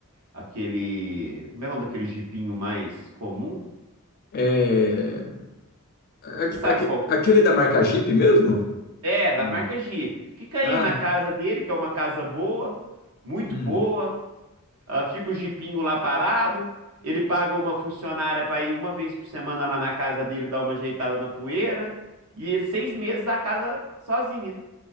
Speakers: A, on the right; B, on the left.
A: aquele, como é o nome daquele Jeepinho mais comum?
B: É... aque-
A: Você sabe
B: aque-
A: qual que
B: Aquele da marca Jeep mesmo?
A: é, É, da
B: Hum.
A: marca Jeep. Fica
B: Ah,
A: aí na casa dele, que é uma casa boa, muito
B: hum.
A: boa. Ah, fica o jipinho lá parado. Ele paga uma funcionária para ir uma vez por semana lá na casa dele dar uma ajeitada na poeira. E seis meses a casa sozinha.